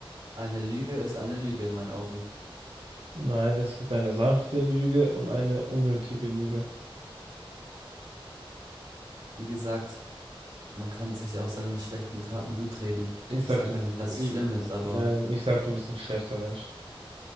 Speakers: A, on the right; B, on the right.
A: Eine Lüge ist eine Lüge in meinen Augen.
B: Nein, es gibt eine sanfte Lüge und eine unnötige Lüge.
A: Wie gesagt, man kann sich auch seine schlechten Taten gut reden.
B: Ich
A: Ich
B: sag,
A: sage
B: du
A: ja
B: bist,
A: nicht, dass
B: ich,
A: es schlimm ist, aber
B: nein, ich sag, du bist ein schlechter Mensch.